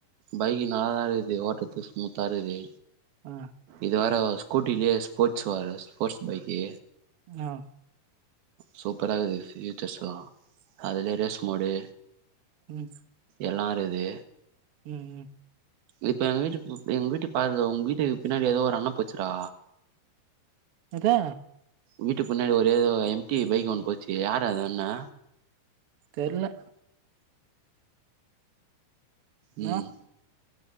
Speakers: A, on the right (about 65°); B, on the right (about 80°).
A: பைக் நல்ல தா இருக்குது ஓட்டறத்து ஸ்மூத்தா இருக்குது
B: ஆ
A: இது வேற ஸ்கூட்டிலியே ஸ்போட்ஸ் வாரஸ் போட்ஸ் பைக்கி
B: ஆ
A: சூப்பரா இக்குது பியூச்ர்ஸ்லா அதுல ரெஸ் மோடு
B: ம்
A: எல்லாருக்குது
B: ம் ம்
A: இப்ப எங்க வீட்டு எங்க வீட்டு பாரு உங்க வீட்டுக்கு பின்னாடி ஏதோ ஒரு அண்ணா போச்சுறா
B: எதே
A: வீட்டுக்கு முன்னாடி ஒரே ஏதோ எம்டி பைக் ஒண்ணு போச்சி யாரு அந்த அண்ணா
B: தெர்ல என்னா
A: ம்